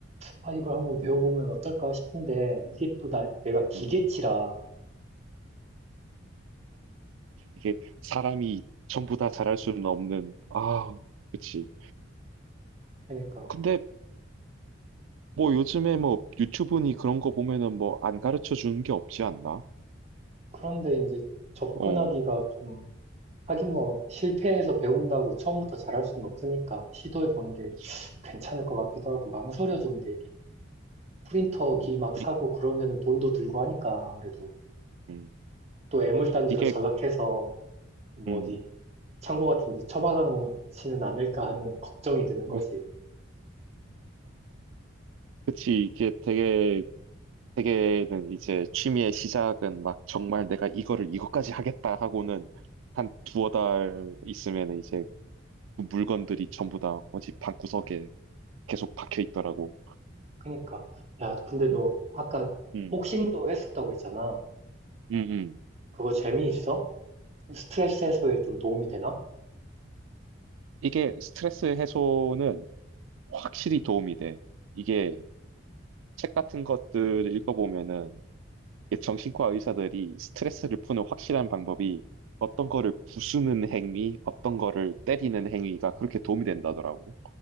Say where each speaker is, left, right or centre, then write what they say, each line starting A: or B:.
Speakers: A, on the right; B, on the right.
A: 아, 이걸 한번 배워보면
B: 어,
A: 어떨까 싶은데, 이게 또 나, 내가 기계치라.
B: 음. 이게 사람이 전부 다 잘할 수는 없는, 아,
A: 어,
B: 그치.
A: 그러니까.
B: 근데 뭐 요즘에 뭐 유튜브니 그런 거 보면은 뭐 안 가르쳐 주는 게 없지 않나?
A: 그런데 이제 접근하기가
B: 어.
A: 좀, 하긴 뭐,
B: 음,
A: 실패해서 배운다고 처음부터 잘할 수는 없으니까, 시도해 보는 게
B: 그치,
A: 괜찮을 것 같기도 하고,
B: 그치.
A: 망설여져, 근데 이게. 프린터기
B: 음,
A: 막 사고
B: 이,
A: 그러면은 돈도 들고 하니까, 아무래도.
B: 음,
A: 또 애물단지로
B: 이게,
A: 전락해서, 뭐
B: 음,
A: 어디, 창고 같은 데 처박아 놓지는 않을까 하는 걱정이 드는
B: <laughs>
A: 거지.
B: 그치, 이게 되게, 되게는 이제 취미의 시작은 막 정말 내가 이거를 이것까지 하겠다 하고는 한 두어 달 있으면 이제 그 물건들이 전부 다 어디 방구석에 계속 박혀 있더라고.
A: 그니까. 러 야, 근데 너
B: 음,
A: 아까
B: 음,
A: 복싱도 했었다고 했잖아.
B: 음, 음.
A: 그거 재미있어? 스트레스 해소에 좀 도움이 되나?
B: 이게 스트레스 해소는 확실히 도움이 돼. 이게 책 같은 것들 읽어보면은 이 정신과 의사들이 스트레스를 푸는 확실한 방법이 어떤 거를 부수는 행위, 어떤 거를 때리는 행위가 그렇게 도움이 된다더라고.